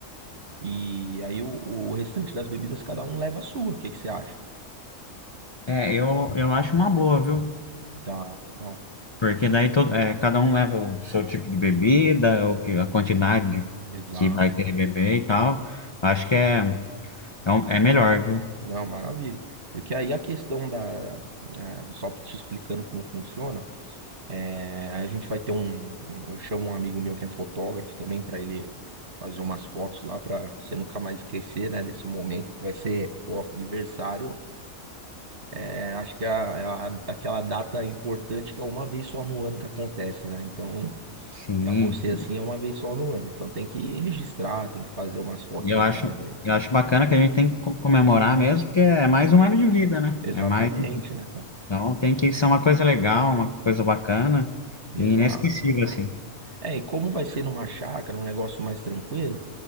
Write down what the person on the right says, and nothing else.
E aí o, o restante das bebidas cada um leva a sua. O que que você acha?
Tá, legal.
Exato.
Não, maravilha. Porque aí a questão da. eh, só te explicando como funciona, eh, aí a gente vai ter um, um- Eu chamo um amigo meu que é fotógrafo também para ele fazer umas fotos lá para você nunca mais esquecer, né, desse momento que vai ser, pô, aniversário É, acho que é a- é a- aquela data importante que é uma vez só no ano que acontece, né? Então,
pra você assim é uma vez só no ano. Então tem que registrar, tem que fazer umas fotos
legais
ali.
Exatamente,
né, cara?
Exato.
É, e como vai ser numa chácara, um negócio mais tranquilo,